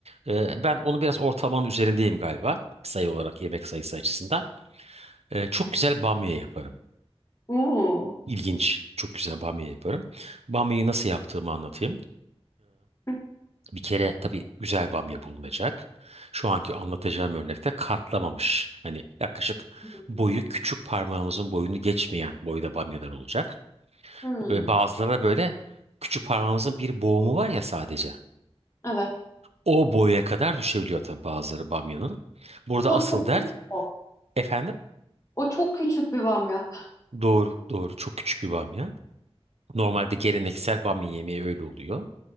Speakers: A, on the right (about 75°); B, on the left (about 25°).
A: Ee, ben onu biraz ortalamanın üzerindeyim galiba. Sayı olarak yemek sayısı açısından. Ee, çok güzel bamya yaparım.
B: Oo.
A: İlginç. Çok güzel bamya yaparım. Bamyayı nasıl yaptığımı anlatayım.
B: Hı
A: Bir kere tabii güzel bamya bulunacak. Şu anki anlatacağım örnekte kartlamamış. Hani yaklaşık
B: hı.
A: boyu küçük parmağımızın boyunu geçmeyen boyda bamyalar olacak.
B: Hmm,
A: Ve bazıları da böyle küçük parmağımızın bir boğumu var ya sadece.
B: Evet.
A: O boya kadar düşebiliyor tabii bazıları bamyanın. Burada
B: O
A: asıl
B: çok
A: dert
B: sık.
A: efendim
B: O çok küçük bir bamya.
A: doğru doğru çok küçük bir bamya. Normalde geleneksel bamya yemeği öyle oluyor.